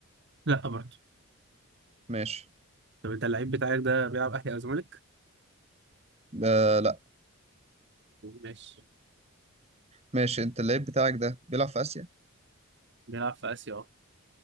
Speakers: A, on the right; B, on the right.
A: لا برضه
B: ماشي
A: طب انت اللعيب بتاعك ده بيلعب اهلي او زمالك
B: آه لا
A: ماشي
B: ماشي انت اللعيب بتاعك ده بيلعب في اسيا
A: بيلعب في اسيا اه